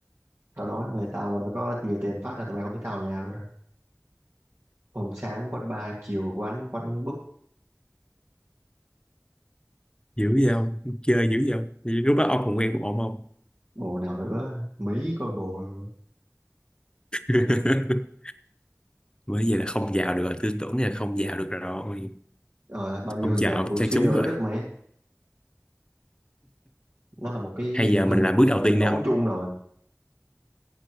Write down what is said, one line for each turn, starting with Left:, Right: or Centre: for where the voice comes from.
Right: tao nói mày tao mà có nhiều tiền phát là tụi mày không thấy tao ở nhà luôn đâu hôm sáng quán bar chiều quán quán búp
Left: dữ vậy không chơi dữ vậy không Vậy lúc đó ông còn quen một ổn không
Right: bồ nào nữa mấy combo luôn
Left: <laughs> bởi vậy là không vào được rồi tư tưởng là không vào được rồi
Right: ờ, bao nhiêu
Left: không
Right: thằng
Left: vào,
Right: giàu vừa
Left: cho
Right: suy
Left: chúng
Right: đô đạo
Left: rồi
Right: đức mày nó là một cái
Left: hay giờ mình
Right: hình
Left: làm bước đầu
Right: hình
Left: tiên
Right: mẫu
Left: đi không
Right: chung rồi